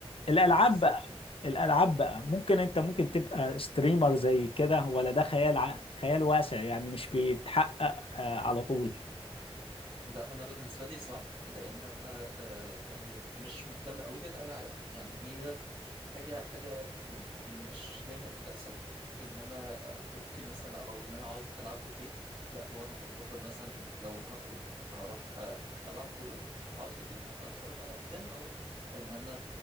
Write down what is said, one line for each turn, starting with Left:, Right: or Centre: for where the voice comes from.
Left: الألعاب
Right: بالظبط
Left: بقى الالعاب بقى ممكن انت ممكن تبقى ستريمر زي كده ولا ده خيال ع... خيال واسع يعني مش بيتحقق آه، على طول
Right: لا انا بالنسبه لي صعب لان انا آه يعني مش مهتم قوي بالالعاب يعني هي حاجه حاجه م- مش دايما بتحصل ان انا آه، خروجتي مثلا او ان انا اقعد العب في البيت لا هو انا بفضل مثلا لو هخرج هروح آه، العب كوره اقعد في البيت ممكن اتفرج على افلام او ان انا